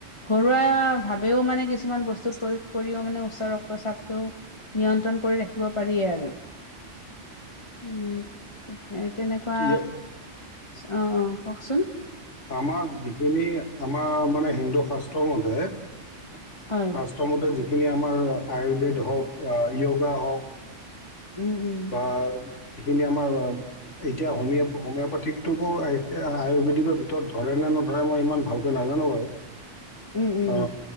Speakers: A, on the left (about 25°); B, on the left (about 80°).
A: ঘৰুৱা ভাৱেও মানে কিছুমান বস্তু প্ৰয়োগ কৰিও মানে উচ্চ ৰক্তচাপটো নিয়ন্ত্ৰণ কৰি ৰাখিব পাৰিয়ে আৰু। উম, তেনেকুৱা
B: ইয়ে
A: অ', কওকচোন অ'।
B: আমাৰ যিখিনি আমাৰ মানে হিন্দু শাস্ত্ৰ মতে শাস্ত্ৰমতে
A: হয়
B: যিখিনি আমাৰ আয়ুৰ্বেদ হওক, য়োগা হওক
A: উম উম
B: বা যিখিনি আমাৰ এতিয়া হোম-হোমিঅ'পাথিকটোকো আয় হুপিটিকৰ ভিতৰত ধৰে নে নধৰে মই ইমান ভালকৈ নাজানো।
A: উম উম
B: আ,